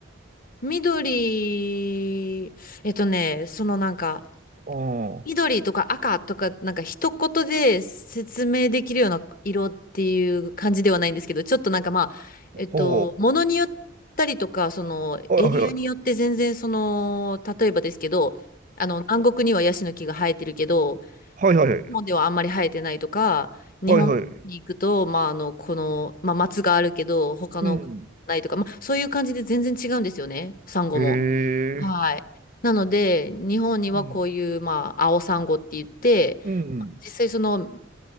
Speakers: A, on the left; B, on the right.
A: 緑、えっとね、そのなんか、
B: うん。
A: 緑とか赤とか、なんか一言で説明できるような色っていう感じではないんですけど、ちょっとなんかまあ、えっと、
B: ほ
A: ものによったりとか、そのエリアによって全然その、
B: う。はいはいはい。
A: 例えばですけど、あの、南国にはヤシの木が生えてるけど、
B: はいはいはい。
A: 日本ではあんまり生えてないとか、日本に行くと、
B: はいはい。
A: まああの、この、まあ松があるけど、他のないとか、
B: うん。
A: まあそういう感じで全然違うんですよね、サンゴも。
B: へえ。
A: はい。なので、日本にはこういう、
B: うん。
A: まあ、青サンゴって言って、
B: うん。
A: 実際その、